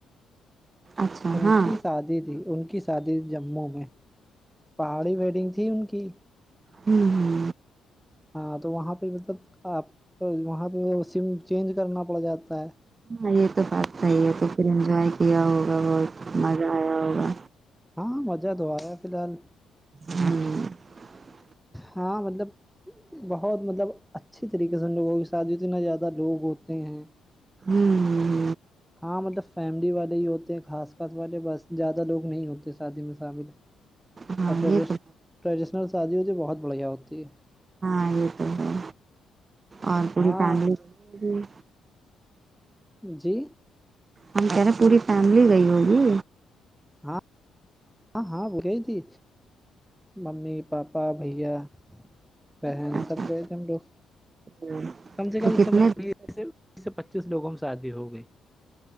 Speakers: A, on the right; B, in the centre.
A: اچھا
B: ان
A: ہاں
B: کی شادی تھی ان کی شادی تھی جموں میں پہاڑی ویڈنگ تھی ان کی
A: ہمم ہمم
B: ہاں تو وہاں پہ مطلب آپ وہاں پہ سم چینج کرنا پڑ جاتا ہے
A: ہاں یہ تو بات صحیح ہے تو پھر انجوائے کیا ہوگا بہت مزہ آیا ہوگا
B: ہاں مزہ تو آیا فی الحالی
A: ہمم
B: ہاں مطلب بہت مطلب اچھی طریقے سے ان لوگوں شادی ہوتی نہ زیادہ لوگ ہوتے ہیں
A: ہمم
B: ہاں مطلب فیملی والے ہی ہوتے ہیں خاص خاص والے بس زیادہ لوگ نہیں ہوتے شادی میں شامل
A: ہاں
B: اور ٹریش
A: یہ تو
B: ٹریڈیشنل شادی ہوتی ہے بہت بڑھیا ہوتی ہے
A: ہاں یہ تو ہے اور پوری
B: ہاں
A: فیملی گئی ہوگی
B: جی
A: ہم کہہ رہے ہیں پوری فیملی گئی ہوگی
B: ہاں ہاں ہاں وہ گئی تھی ممی پاپا بھیا بہن
A: اچھا
B: سب گئے تھے ہم لوگ
A: تو
B: کم سے کم
A: کتنے
B: سمے
A: دن
B: کے لیے بیس سے پچیس لوگوں کی شادی ہو گئی